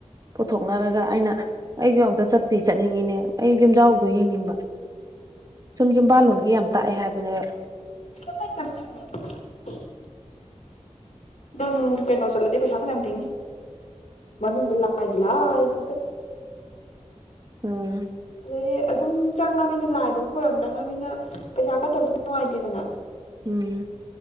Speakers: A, on the right; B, on the left.
A: ꯄꯨꯊꯣꯛꯅꯔꯒ ꯑꯩꯅ ꯑꯩꯁꯨ ꯑꯃꯨꯛꯇ ꯆꯠꯇꯤ ꯆꯠꯅꯤꯡꯉꯤꯅꯦ ꯑꯩ ꯌꯨꯝꯖꯥꯎꯗꯣ ꯌꯦꯡꯅꯤꯡꯕ ꯁꯝ ꯌꯨꯝꯕꯥꯜꯂꯣꯟꯒ ꯑꯩ ꯍꯥꯏꯕꯅꯦ <inaudible>
B: ꯀꯃꯥꯏ ꯇꯧꯒꯦꯅꯦ <inaudible> ꯅꯪ ꯀꯩꯅꯣ ꯆꯠꯂꯗꯤ ꯄꯩꯁꯥ ꯐꯅꯌꯥꯝ ꯊꯦꯡꯅꯤ ꯃꯅꯨꯡꯗ ꯂꯥꯏꯒꯤ ꯂꯥꯏ ꯉꯥꯛꯇ
A: ꯎꯝ
B: ꯑꯗꯩꯗꯤ ꯑꯗꯨꯝ ꯆꯪꯉꯝꯅꯤꯅ ꯂꯥꯏ ꯑꯗꯨꯝ ꯈꯣꯏꯔꯝ ꯆꯪꯉꯝꯅꯤꯅ ꯄꯩꯁꯥ ꯀꯠꯇꯕꯁꯨ ꯅꯨꯡꯉꯥꯏꯇꯦꯗꯅ
A: ꯎꯝ